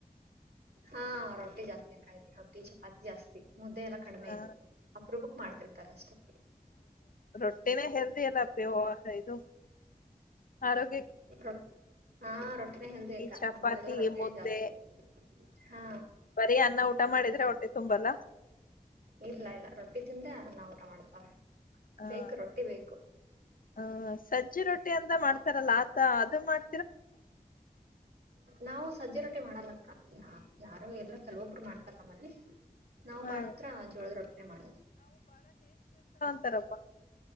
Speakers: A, on the right; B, on the left.
A: ಹಾ ರೊಟ್ಟಿ ಜಾಸ್ತಿ ಆಾಕತಿ ರೊಟ್ಟಿ ಚಪಾತಿ ಜಾಸ್ತಿ ಮುದ್ದೆ ಎಲ್ಲಾ ಕಡಿಮೆ
B: ಹಾ
A: ಇಲಿ ಅಪ್ರೂಫುಕ್ ಮಾಡ್ತಿರ್ತಾರೆ ಅಷ್ಟೇ
B: ರೊಟ್ಟ <unintelligible> ನ ಹೆಲ್ದಿ ಎಲ್ಲ ಪೇ ಇದು ಆರೋಗ್ಯ
A: ಹ <unintelligible> ಹಾ ರೊಟ್ಟಿನೇ ಹೆಲ್ದಿ ಅಕ್ಕ
B: ಚಪಾತಿ
A: ನಮ್ಮನೆೆಲ್ಲಾ ರೊಟ್ಟಿನೇ
B: ಮುದ್ದೆ
A: ಜಾಸ್ತಿ ಹಾ
B: ಬರೀ ಅನ್ನ ಊಟ ಮಾಡಿದ್ರೆ ಹೊಟ್ಟೆ ತುಂಬಲ್ಲ
A: ಇಲ್ಲ ಇಲ್ಲ ರೊಟ್ಟಿ ತಿಂದೆ ನಾ ಊಟ ಮಾಡ್ತವ
B: ಹಾ.
A: ಬೇಕು ರೊಟ್ಟಿ ಬೇಕು
B: ಹ ಸಜ್ಜಿ ರೊಟ್ಟಿ ಅಂತ ಮಾಡ್ತಾರಲ್ಲ ಆತ ಅದು ಮಾಡ
A: ನಾವು ಸಜ್ಜರೊಟ್ಟಿ ೆ ಮಾಡಲಕ್ಕಾ ಯಾರೋ ಎರಲ್ಲೋ ಕೆಲವೊಬ್ರು ಮಾಡ್ತಾರ ಆಾಮಲ್ಲಿ ನಾವು
B: ಹಾ
A: ಮಾತ್ರ ಜೋಳದ ರೊಟ್ಟಿನೆ ಮಾಡದು
B: ಅಂತರಪ್ಪ